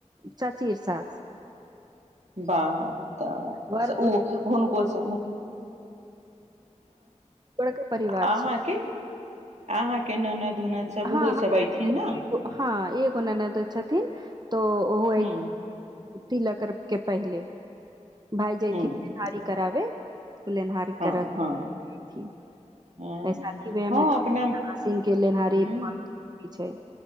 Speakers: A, on the right; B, on the right.
A: चाचीये साथ
B: बाह तऽ
A: बर
B: ओ हुनकोस
A: के परिवार
B: अहाँके अहाँके ननद उनद सब
A: हँ
B: ओहो
A: हमरा
B: सब अयथिन ने
A: हँ एगो ननद छथिन तो ओहो
B: हूँ
A: तिलकर के पहिले भाय जयथिन
B: हूँ
A: विहारी कराबे लेनहार
B: हँ
A: के रखथिन
B: हँ हँ
A: ऐ शादी बियाह
B: हँ
A: में त
B: अपना
A: मशीन के लेनहारी
B: हूँ
A: बहुत जरूरी छै